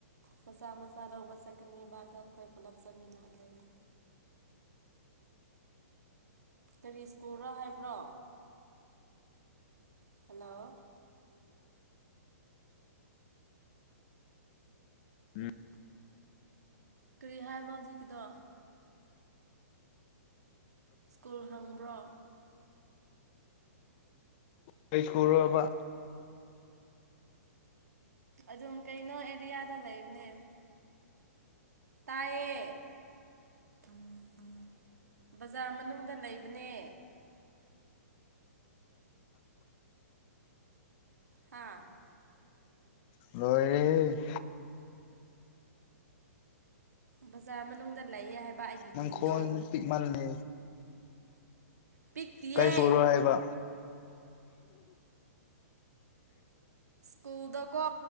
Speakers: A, on the right (about 80°); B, on the left (about 40°).
A: ꯃꯁꯥ ꯃꯁꯥ ꯎꯕ ꯆꯀꯅꯤꯕꯥꯗ ꯈꯣꯣꯏ ꯄꯂꯞ ꯆꯃꯤꯅꯥꯗꯅꯤ
B: ꯑ
A: ꯀꯔꯤ ꯁ꯭ꯀꯔꯣ ꯍꯥꯏꯕ꯭ꯔꯣ ꯍꯜꯂꯣ
B: ꯎꯝ
A: ꯀꯔꯤ ꯍꯥꯏꯕ ꯍꯧꯖꯤꯛꯗ ꯁ꯭ꯀꯨꯜ ꯍꯪꯕ꯭ꯔꯣ
B: ꯀꯩ ꯁꯔꯕ
A: ꯑꯗꯨꯝ ꯀꯩꯅꯣ ꯑꯦꯔꯤꯌꯥꯗ ꯂꯩꯕꯅꯦ ꯇꯥꯏꯌꯦ ꯎ ꯎ ꯕꯖꯥꯔ ꯃꯅꯨꯡꯗ ꯂꯩꯕꯅꯦ ꯍꯥ
B: ꯂꯣꯏ
A: ꯕꯖꯥꯔ ꯃꯅꯨꯡꯗ ꯂꯩꯌꯦ ꯍꯥꯏꯕ ꯑꯩꯒꯤ
B: ꯅꯪ
A: ꯈꯨꯟꯗꯣ
B: ꯈꯣꯟ ꯄꯤꯛ ꯃꯥꯜꯂꯦ
A: ꯄꯤꯛꯇꯤꯌꯦ
B: ꯀꯩ ꯁꯨꯔꯣ ꯍꯥꯏꯕ
A: ꯀꯀꯨꯗꯀꯣ